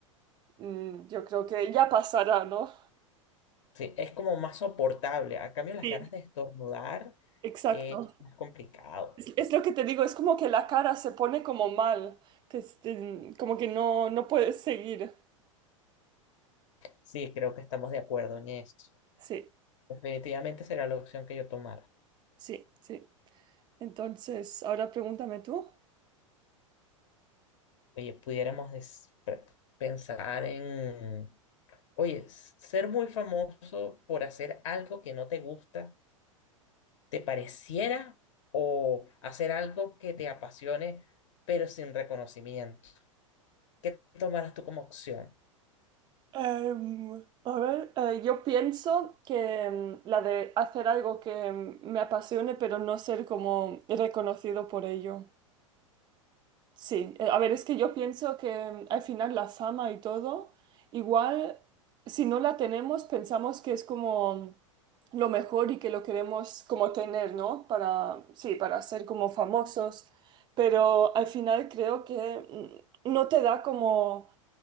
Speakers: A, on the right; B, on the left.
A: mm, yo creo que ya pasará, ¿no?
B: Sí, es como más soportable. A cambio, las
A: Sí,
B: ganas de estornudar
A: exacto.
B: eh, es más complicado.
A: Es, es lo que te digo, es como que la cara se pone como mal, que este, como que no, no puedes seguir.
B: Sí, creo que estamos de acuerdo en eso.
A: Sí,
B: Definitivamente será la opción que yo tomara.
A: sí, sí. Entonces, ahora pregúntame tú.
B: Oye, pudiéramos des- pre- pensar en Oye, s- ser muy famoso por hacer algo que no te gusta, ¿te pareciera? O hacer algo que te apasione, pero sin reconocimiento. ¿Qué tomarás tú como opción?
A: Em, a ver, eh, yo pienso que em, la de hacer algo que em, me apasione, pero no ser como reconocido por ello. Sí, eh, a ver, es que yo pienso que em, al final la fama y todo, igual si no la tenemos, pensamos que es como lo mejor y que lo queremos como tener, ¿no? Para, sí, para ser como famosos, pero al final creo que mm, no te da como